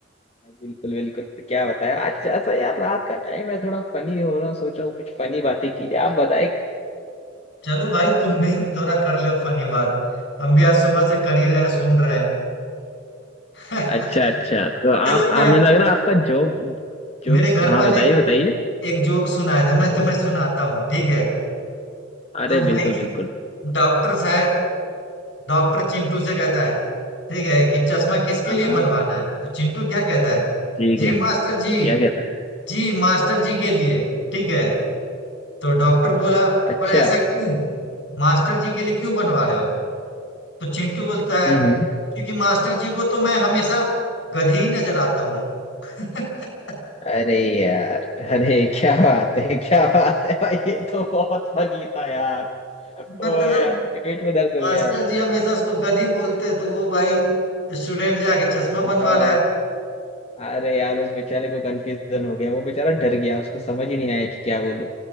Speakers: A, on the left; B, on the left.
A: बिल्कुल बिल्कुल क्या बताएं आज ऐसा यार रात का टाइम है थोड़ा फनी हो रहा हूँ सोच रहा हूँ कुछ फनी बातें की जाए आप बताएं
B: चलो भाई तुम भी थोड़ा कर लो फनी बात हम भी आज सुबह से कर ही रहे हैं सुन रहे हैं
A: अच्छा अच्छा
B: <laughs>
A: तो आप
B: चलो मैं
A: आप मुझे लग रहा है आपका जोक जोक्स
B: मेरे घर
A: हाँ
B: वाले
A: बताइए बताइए
B: एक जोक सुनाए थे मैं तुम्हें सुनाता हूँ ठीक है
A: अरे
B: तो भाई
A: बिल्कुल बिल्कुल
B: डॉक्टर साहब डॉक्टर चिंटू से कहता है ठीक है कि चश्मा किसके
A: हाँ
B: लिए
A: हाँ
B: बनवाना है तो चिंटू क्या कहता है
A: ठीक
B: जी
A: है
B: मास्टर जी
A: क्या कहता है
B: जी मास्टर जी के लिए ठीक है तो डॉक्टर बोला
A: अच्छा
B: पर ऐसा क्यों मास्टर जी के लिए क्यों बनवा रहे हो तो चिंटू बोलता है
A: हम्म
B: क्योंकि मास्टर जी को तो मैं हमेशा गधी ही नजर आता हूँ <laughs>
A: अरे यार अरे क्या बात है क्या बात है भाई ये तो बहुत फनी था यार
B: मतलब
A: ओ यार पेट में दर्द हो
B: मास्टर
A: गया यार
B: जी हमेशा उसको गधी बोलते हैं तो वो भाई स्टूडेंट जाके चश्मा
A: बेचारा
B: बनवा रहा
A: अरे यार उस बेचारे को कंफ्यूजन हो गया वो बेचारा डर गया उसको समझ ही नहीं आया कि क्या बोलूं